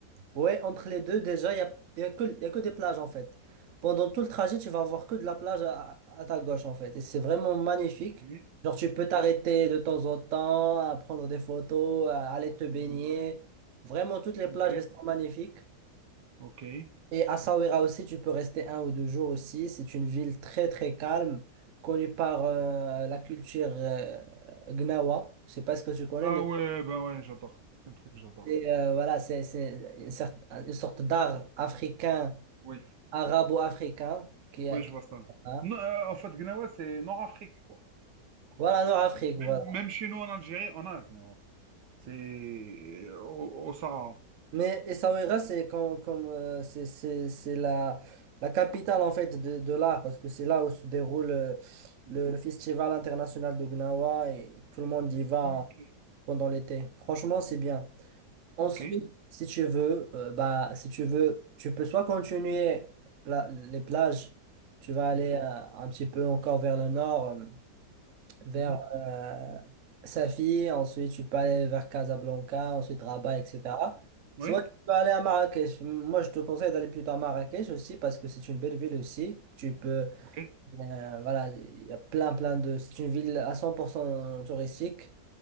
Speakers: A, on the right; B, on the right.
A: ouais, entre les deux, déjà, il n'y a, y a que, y a que des plages, en fait. Pendant tout le trajet, tu vas avoir que de la plage à, à ta gauche, en fait. Et c'est vraiment magnifique.
B: Ok.
A: Genre, tu
B: Mm,
A: peux t'arrêter de temps en temps, à prendre des photos, à aller te baigner.
B: mm,
A: Vraiment, toutes les plages,
B: Ok.
A: elles sont magnifiques.
B: Ok.
A: Et Essaouira aussi, tu peux rester un ou deux jours aussi. C'est une ville très très calme, connue par euh, la culture euh, Gnawa. Je sais pas ce que tu connais,
B: Ah
A: mais
B: ouais, ben ouais, j'adore. C'est un truc que j'adore.
A: c'est, euh, voilà, c'est c'est une, cer- une sorte d'art africain,
B: Oui,
A: arabo-africain, qui, a-
B: oui,
A: qui-
B: je vois ça.
A: hein.
B: Non, euh, en fait, Gnawa, c'est Nord-Afrique, quoi.
A: Voilà, Nord-Afrique,
B: Même,
A: voilà.
B: même chez nous en Algérie, on a Gnawa. C'est euh, au, au Sahara.
A: Mais Essaouira, c'est comme, comme euh, c'est c'est- c'est la, la capitale en fait de, de l'art parce que c'est là où se déroule euh,
B: Oui.
A: le, le festival international de Gnawa et tout le monde y va
B: Ok.
A: pendant l'été. Franchement, c'est bien. Ensuite,
B: Ok.
A: si tu veux, euh, bah, si tu veux, tu peux soit continuer la- les plages, tu vas aller
B: Mm,
A: euh, un petit peu encore vers le nord, euh, vers
B: mhm.
A: euh, Safi, ensuite tu peux aller vers Casablanca, ensuite Rabat, etc.
B: Oui.
A: Soit tu peux aller à Marrakech. Moi, je te conseille d'aller plutôt à Marrakech aussi parce que c'est une belle ville aussi. Tu peux
B: Ok.
A: euh, voilà, il y a plein, plein de. C'est une ville à 100% touristique.